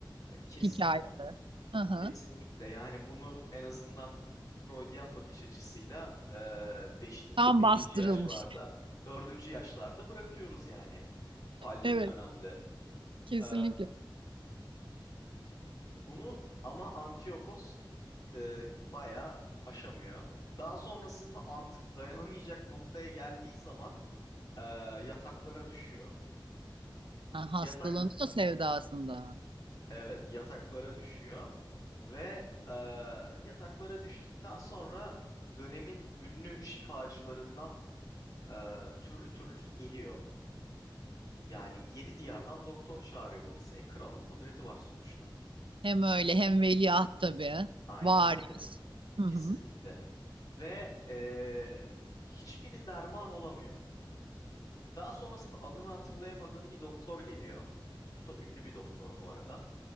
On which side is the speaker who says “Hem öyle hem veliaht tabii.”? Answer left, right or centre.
Right